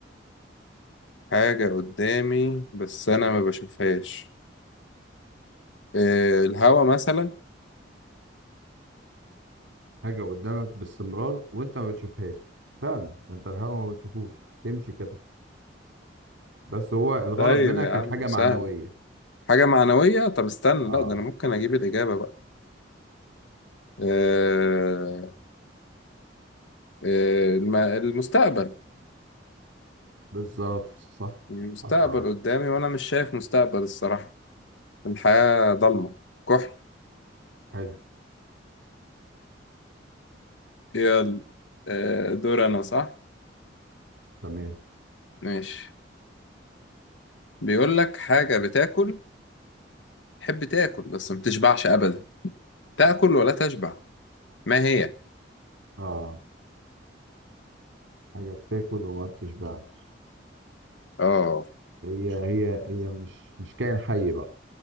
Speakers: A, on the left; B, on the right.
A: حاجة قدامي بس أنا ما بشوفهاش إيه الهوا مثلا
B: حاجة قدامك باستمرار وانت ما بتشوفهاش فعلا انت الهوا ما بتشوفوش تمشي كده بس هو الغرض
A: طيب
B: منها
A: يا
B: كان
A: عم
B: حاجة
A: سهل
B: معنوية
A: حاجة معنوية طب استنى
B: اه
A: لا ده أنا ممكن أجيب الإجابة بقى آه آه الم- المستقبل
B: بالظبط صح
A: المستقبل
B: عشرة على عشرة
A: قدامي وأنا مش شايف مستقبل الصراحة الحياة ضلمة كحل
B: حلو
A: يلا آه دور أنا صح
B: تمام
A: ماشي بيقول لك حاجة بتاكل تحب تاكل بس ما بتشبعش أبدا تاكل ولا تشبع ما هي؟
B: اه حاجة بتاكل وما بتشبعش
A: آه
B: هي هي هي مش مش كائن حي بقى